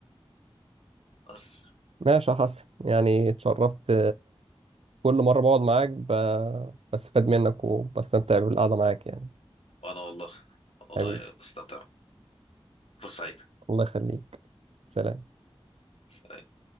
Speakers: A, on the left; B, on the right.
A: بس
B: ماشي يا حسن يعني اتشرفت كل مرة بقعد معاك ب... بستفاد منك وبستمتع بالقعدة معاك يعني
A: وانا والله والله
B: حبيبي
A: بستمتع فرصة سعيدة
B: الله يخليك سلام
A: سلام